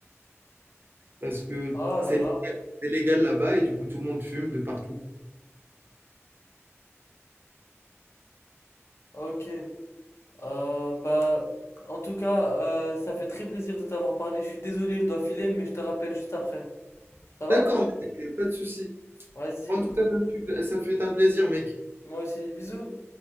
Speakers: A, on the right; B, on the left.
A: Parce que
B: Oh
A: c'est
B: là là,
A: c'est légal là-bas et du coup tout le monde fume de partout.
B: ok. Euh, bah, en tout cas, euh, ça fait très plaisir de t'avoir parlé. Je suis désolé, je dois filer, mais je te rappelle juste après. Ça va?
A: D'accord, mec, pas de souci.
B: Vas-y,
A: En
B: Boto.
A: tout cas, ça fut ça fut un plaisir, mec.
B: Moi aussi, bisous.